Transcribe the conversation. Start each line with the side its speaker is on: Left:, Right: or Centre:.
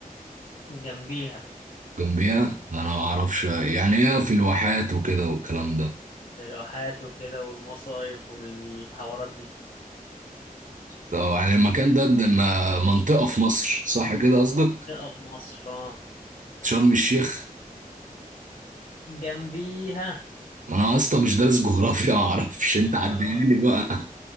Left: جنبيها
Right: جنبيها انا ما اعرفش يعني هي في الواحات وكده والكلام ده
Left: الواحات وكده والمصايف والحوارات دي
Right: طب يعني المكان ده ده ما- منطقة في مصر صح كده قصدك
Left: منطقة في مصر اه
Right: شرم الشيخ
Left: جنبيها
Right: ما انا اصلا مش دارس جغرافيا ما اعرفش انت عدلني
Left: اه
Right: بقى